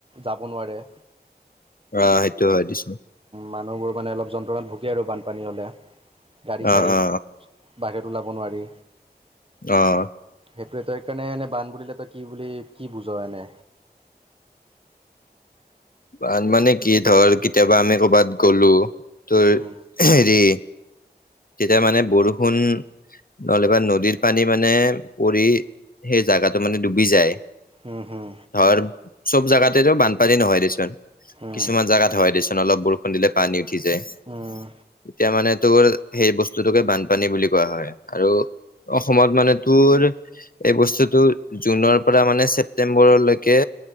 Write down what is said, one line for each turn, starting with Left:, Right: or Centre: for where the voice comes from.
Right: যাব নোৱাৰে
Left: অ', সেইটো হয় দিছো।
Right: মানুহবোৰ মানে অলপ যন্ত্ৰণাত ভুগে আৰু বানপানী হ'লে গাড়ী
Left: অ
Right: চাড়ী
Left: অ
Right: বাহিৰত ওলাব নোৱাৰি।
Left: আহ।
Right: সেইটোৱে তই সকাৰণে এনে বান বুলিলে তই কি বুলি কি বুজ এনে
Left: বান মানে কি ধৰ কেতিয়াবা আমি কৰ'বাত গ'লো তোৰ
Right: উম,
Left: হেৰি তেতিয়া মানে বৰষুণ নহ'লেবা নদীৰ পানী মানে পৰি সেই জাগাটো মানে ডুবি যায়।
Right: হম হম।
Left: ধৰ চব জোগাতেতো বানপানী নহয় দেচোন
Right: উম,
Left: কিছুমান জোগাত হয় দেচোন অলপ বৰষুণ দিলে পানী উঠি যায়।
Right: উম,
Left: তেতিয়া মানে তোৰ সেই বস্তুটোকে বানপানী বুলি কোৱা হয় আৰু। অসমত মানে তোৰ এই বস্তুটো জুনৰ পৰা মানে ছেপ্তেম্বৰলৈকে